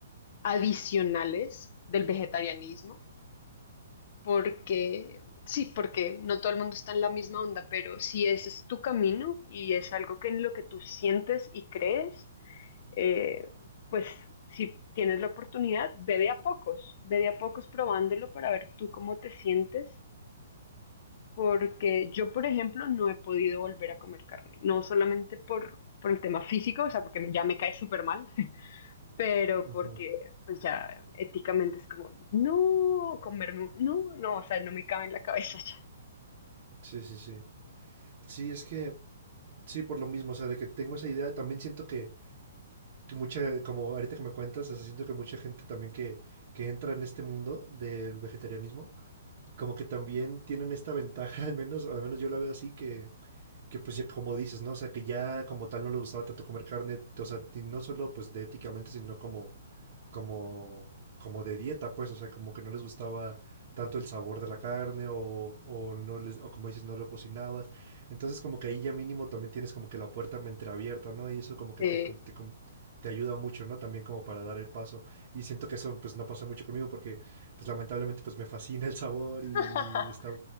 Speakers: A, on the left (about 45°); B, on the right (about 45°).
A: adicionales del vegetarianismo, porque sí, porque no todo el mundo está en la misma onda, pero si ese es tu camino y es algo que en lo que tú sientes y crees, eh, pues si tienes la oportunidad, ve de a pocos, ve de a pocos probándolo para ver tú cómo te sientes porque yo, por ejemplo, no he podido volver a comer carne, no solamente por, por el tema físico, o sea, porque me- ya me cae súper mal, <laughs> pero
B: Ujú.
A: porque pues ya éticamente es como, no, comerme, no, no, no, o sea, no me cabe en la cabeza ya.
B: Sí, sí, sí. Sí, es que, sí, por lo mismo, o sea, de que tengo esa idea, también siento que que mucha, como ahorita que me cuentas, o sea, siento que mucha gente también que, que entra en este mundo del vegetarianismo, como que también tienen esta ventaja, <laughs> al menos, o al menos yo la veo así, que, que pues ya como dices, ¿no? O sea, que ya como tal no le gustaba tanto comer carne, o sea, y no solo pues de éticamente, sino como como, como de dieta, pues, o sea, como que no les gustaba tanto el sabor de la carne o, o no les, o como dices, no lo cocinabas. Entonces, como que ahí ya mínimo también tienes como que la puerta entreabierta, ¿no? Y eso como que
A: Eh,
B: te, com- te, com- te ayuda mucho, ¿no? También como para dar el paso. Y siento que eso pues no pasa mucho conmigo porque pues lamentablemente pues me fascina el sabor y
A: <laughs>
B: está